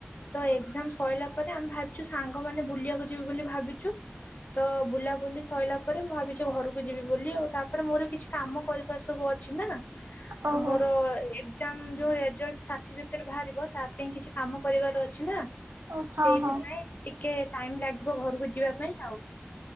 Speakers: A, on the left; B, on the right.
A: ତ ଏକ୍ଜାମ୍ ସଇଲା ପରେ ଆମେ ଭାବିଛୁ ସାଙ୍ଗ ମାନେ ବୁ ବୁଲିୟାକୁ ଯିବି ବୋଲି ଭାବିଛୁ ତ ବୁଲାବୁଲି ସଇଲା ପରେ ମୁଁ ଭାବିଛି ଘରକୁ ଯିବି ବୋଲି ଆଉ। ତା ତାପରେ ମୋର କିଛି କାମ କରିବାର ସବୁ ଅଛି ନା
B: ଓହୋ
A: ମୋର ଏକ୍ଜାମ୍ ଯଉ ରେଜଲ୍ଟ ସାର୍ଟିଫିକେଟ୍ ବାହାରିବ ତା ପାଇଁ କିଛି କାମ କରିବାର ଅଛି ନା।
B: ଓ ହଁ
A: ସେଇଥିପାଇଁ
B: ହଁ
A: ଟିକେ ଟାଇମ ଲାଗ୍ ଘରକୁ ଯିବା ପାଇଁ ଆଉ।